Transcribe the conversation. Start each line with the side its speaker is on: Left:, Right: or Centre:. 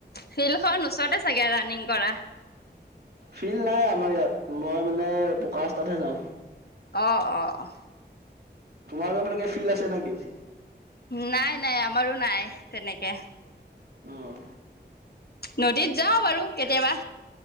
Left: ফিল্ড খন ওচৰতে চাগে ৰানিং কৰা।
Right: ফিল্ড নাই আমাৰ ইয়াত মই মানে পকা ৰাস্তা তে যাওঁ।
Left: আহ অ।
Right: তোমাৰলোকৰ ফালে ফিল আছে নেকি?
Left: নাই নাই আমাৰো নাই তেনেকে।
Right: অঁ।
Left: নদীত যাওঁ বাৰু কেতিয়াবা।